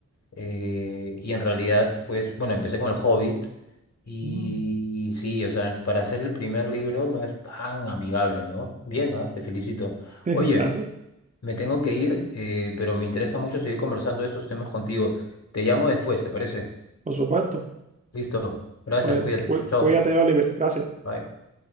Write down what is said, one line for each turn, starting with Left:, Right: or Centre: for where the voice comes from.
Left: eh, y en realidad, pues, bueno, empecé con El Hobbit. Y
Right: Mm.
Left: sí, o sea, para hacer el primer libro no es tan amigable, ¿no? Bien, ah, Te felicito.
Right: <laughs>
Left: Oye,
Right: Gracias,
Left: me tengo que ir, eh, pero me interesa mucho seguir conversando de esos temas contigo. Te llamo después, ¿te parece?
Right: por supuesto.
Left: Listo. Gracias,
Right: Bueno,
Left: cuídate.
Right: cuí-
Left: Chao.
Right: cuídate, Oliver. Gracias.
Left: Bye.